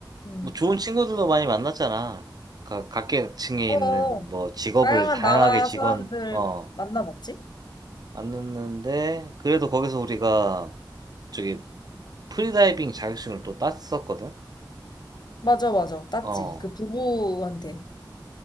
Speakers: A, on the left (about 60°); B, on the right (about 55°).
A: 음.
B: 뭐 좋은 친구들도 많이 만났잖아. 각, 각계층에
A: 어,
B: 있는 뭐 직업을
A: 다양한
B: 다양하게
A: 나라
B: 직원,
A: 사람들
B: 어,
A: 만나봤지?
B: 만났는데, 그래도 거기서 우리가 저기 프리다이빙 자격증을 또 땄었거든?
A: 맞아, 맞아. 땄지.
B: 어,
A: 그 부부한테.